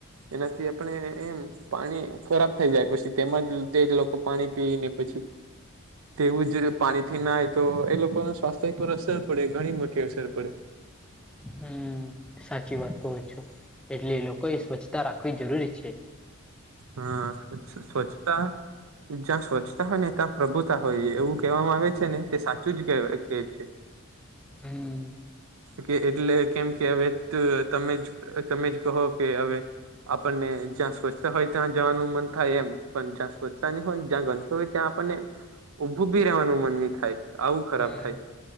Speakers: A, on the right (about 70°); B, in the centre.
A: એનાથી આપણે એમ પાણી ખરાબ થઈ જાય પછી તેમાંજ તેજ લોકો પાણી પી ને પછી તેવું જ પાણી થી નાય તો એ લોકોને સ્વાસ્થ્ય પર અસર પડે ઘણી મોટી અસર પડે
B: હમ્મ સાચી વાત કવ છું એટલે એ લોકો એ સ્વચ્છતા રાખ કોઈ જરૂરી છે.
A: હા સ્વચ્છ સ્વચ્છતા જ્યાં સ્વચ્છતા હોય ને ત્યાં પ્રભુ તા હોય એવું કહેવામાં આવે છે ને તે સાચું જ કે કે છે.
B: હમ
A: કે એટલે કેમ કે હવે તમે જ તમે જ કહો કે હવે આપણને જ્યાં સ્વછ તા હોય ત્યાં જવાનું મન થાય એમ પણ જ્યાં સ્વચ્છતા ની હોય જ્યાં ગંદકી હોય ત્યાં આપણને ઊભું બી રહેવાનું મન નહી થાય. આવું ખરાબ
B: હે
A: થાય.